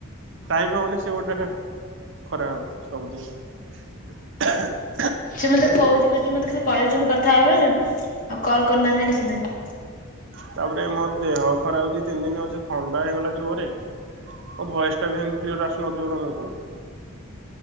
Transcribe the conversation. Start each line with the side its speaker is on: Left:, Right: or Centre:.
Right: ଟାଇମ୍ ହଉନି ସେ ଗୋଟେ ଖରାପ୍ ଭାବୁଥିବେ ସବୁଦିନ। <inaudible>
Left: ସେ ମତେ କହୁଚି କହୁଚି ମତେ ଖାଲି କହିଦଉଛନ୍ତି କଥା ହେବା ବୋଲି ଆଉ କଲ୍ କରୁନାହାନ୍ତି କିଛି ନାହିଁ।
Right: ତାପରେ ମୋ ଦେହ ଖରାପ୍ ଦି ତିନି ଦିନି ଅଛି, ଥଣ୍ଡା ହେଇଗଲା ଜୋରେ। ମୋ ଭଏସ୍ ଟା ବି ହେମତି କ୍ଲିଅର ଆସୁନଥିବ ତମକୁ।